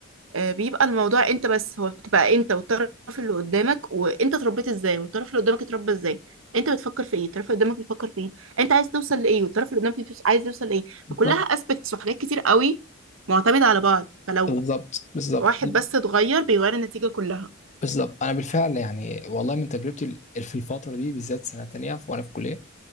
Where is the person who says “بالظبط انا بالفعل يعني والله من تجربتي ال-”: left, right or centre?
Left